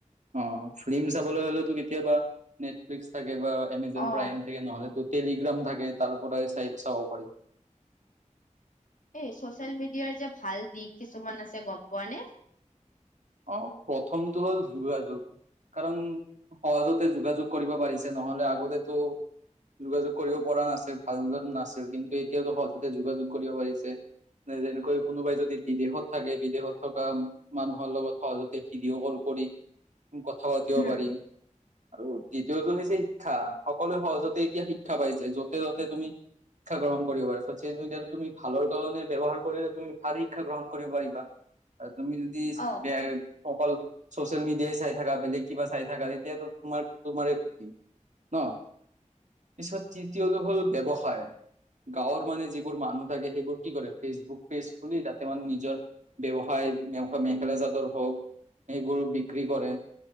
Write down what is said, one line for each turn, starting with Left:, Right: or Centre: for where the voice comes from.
Right: অহ ফিল্ম চাবলৈ হ'লেটো কেতিয়াবা নেটফ্লিক্স থাকে বা এমেজন
Left: অ
Right: প্ৰাইম থাকে নহলেতো- টেলিগ্ৰাম থাকে তাৰপৰাই চাই চাব পাৰি।
Left: এই চচিয়েল মিডিয়াৰ যে ভাল দিশ কিছুমান আছে গম পোৱা নে?
Right: অহ, প্ৰথমটো হ'ল যোগাযোগ। কাৰণ সহজতে যোগাযোগ কৰিব পাৰিছে, নহলে আগ- আগতেতো যোগাযোগ কৰিব পৰা নাছিল, ভাল ধৰে নাছিল। কিন্তু এতিয়া- এতিয়াটো সহজতে যোগাযোগ কৰিব পাৰিছে। যেনেকৈ কোনোবাই যদি বিদেশত থাকে, বিদেশত থকা মানুহৰ লগত- সহজতে ভিডিঅ' কল কৰি- কথা পাতিব
Left: উম
Right: পাৰি আৰু দ্বিতীয়টো হৈছে শিক্ষা। সকলো সহজতে- এতিয়া শিক্ষা পাইছে, য'তে- ত'তে তুমি শিক্ষা গ্ৰহণ কৰিব পাৰিবা। চচিয়েল মিডিয়াতো তুমি ভালৰ কাৰণে ব্যৱহাৰ কৰিলে তুমি ভাল শিক্ষা গ্ৰহণ কৰিব পাৰিবা আৰু তুমি যদি- ত্ৰিশ-
Left: অ
Right: অকল চচিয়েল মিডিয়াই চাই থাকা, বেলেগ কিবা চাই থাকা তেতিয়াতো তোমাৰ -তোমাৰে ক্ষতি। ন। পিছত তৃতীয়টো হ'ল ব্যৱসায়। গাঁৱৰ মানে যিবোৰ মানুহ থাকে সেইবোৰ কি কৰে? ফেচবুক পেজ খুলি তাতে মানে নিজৰ- ব্যৱসায় মেখেলা -চাদৰ হওঁক সেইবোৰ বিক্ৰী কৰে।